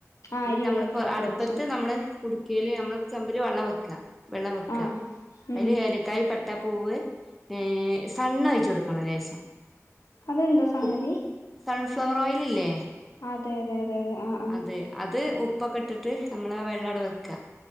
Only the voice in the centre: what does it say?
പി
നമ്മളപ്പൊ അടുപ്പത്ത്
നമ്മള് കുടിക്കല് നമ്മള് ചമ്പില് വള്ളം വെക്കാ വെള്ളം വെക്ക
അയില് ഏലക്കായ് പട്ടപ്പൂവ് ഏ സ് എണ്ണോഴിചൊടുക്കണം ലേശം
ഉപ് സൺഫ്ലവർ ഓയ്ല് ഇല്ലേ
അത് അത് ഉപ്പൊക്കെ ഇട്ടിട്ട് നമ്മളെ വെള്ളം അട വെക്കാ